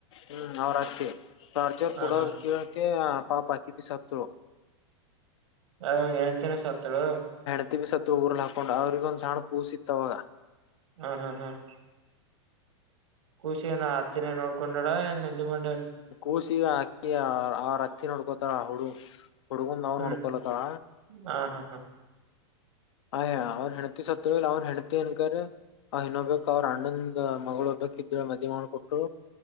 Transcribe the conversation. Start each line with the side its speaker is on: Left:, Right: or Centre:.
Left: ಹ್ಮ್ ಅವ್ರ ಅಕ್ಕತಿ ಾರ್ಚರ್
Right: ಹ
Left: ಕೂಡ
Right: ಹಾ
Left: ಕೇಳ್ತಿ ಪಾಪ ಕ ಪಿ ಸತ್ರ
Right: ಹ ಎನ್ಂತಿನ ಸತ್ತಳು
Left: ತ್ತ ಬ ಸತ್ತ ಊರ್ಲ್ಲಿ ಹಾಕೊಂಡು ಅವ್ರಗ ಒಂದ್ಣ್ಣ ಕೂಸಿತ್ತವಾಗ
Right: ಹ್ಮ ಹ್ಮ್ ಹ್ಮ್ ಖುಷಿ ನ ಅೆನೇ ನೋಡ್ಕೊಂಡಳ ನಂದು ಮಂದ
Left: ಕೂಸಿಗ ಅಕಿ ಆರ ಹತ್ತಿ ನೋಡ್ಕೋತಾರ ಹುಡು ಹಡುಕೊಂಡ ನಾವನ್
Right: ಹ್ಮ್
Left: ಹುಡ್ಕೋಲ್ಲ ತರ
Right: ಹ ಹಾ ಹಾ
Left: ಆಯ ಅವ್ನ್ ಹೆಂಡತಿ ಸತ್ ಅವ್ನ್ ಹೆಂಡತಿ ಅನ್ಕ ಆ ನಕೊಬೇಕಕ್ ಅವರು ಅಣ್ಣಂದ ಮಗಳು ಒಬ್ಬಕಿ ಇದ್ದಳು ಮದವಿ ಮಾಡ್ಕೊಟ್ರು